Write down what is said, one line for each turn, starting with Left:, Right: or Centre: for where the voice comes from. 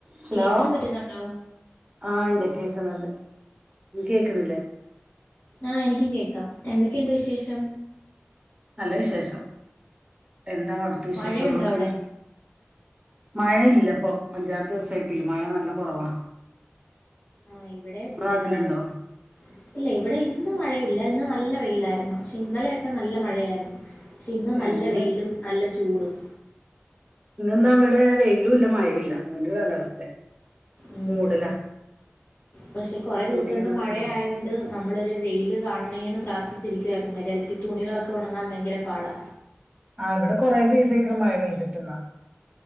Right: Hello
Left: കേൾക്കാൻ പറ്റുന്നുണ്ടോ
Right: ആ ഉണ്ട് കേ ണ്ട് കേക്കണില്ലേ
Left: ആഹ എനിക്കും കേക്കാം എന്തൊക്കെയുണ്ട് വിശേഷം
Right: നല്ല വിശേഷം എന്താ അവിടത്തെ വിശേഷങ്ങളൊക്കെ
Left: മഴയുണ്ടോ അവിടെ
Right: മഴയില്ലപ്പോൊ അഞ്ചാമ ദിവസായിട്ട് മഴ നല്ല കുറവാ
Left: ആഹ ഇവിടെ
Right: നിങ്ങളെ നാട്ടിലുണ്ടോ
Left: ഏഹ ഇല്ല ഇവിടെ ഇന്ന് മഴയില്ല ഇന്ന് നല്ല വെയിലായിരുന്നു പക്ഷെ ഇന്നലെയൊക്കെ നല്ല മഴയായിരുന്നു പക്ഷെ ഇന്ന് നല്ല
Right: എന്ന്
Left: വെയിലും നല്ല ചൂടും
Right: ഇന്നവിടെ വെയിലും ഇല്ല മഴല്ല അങ്ങന കാലാവസ്ഥയ
Left: ഉം
Right: മൂടലാ
Left: പശെ കൊറെ ദെവസം
Right: മൂടി ഇങ്ങനെ
Left: ഒണ്ട് മഴ
Right: നിക്കാ
Left: ആയൊണ്ട് നമ്മളൊര് വെയിയില് കാണേന്ന് പ്രാർത്ഥിച്ചിരിക്കുവാര്ന്ന് അല്ല അല്ലെങ്കി തുണികളൊക്കെ ഒണങ്ങാൻ ബയങ്കര പാടാ
Right: ആാ ഇവടെ കുറെ ദിവസേക്കാണ് മഴ പെയ്തിട്ട്ന്നാ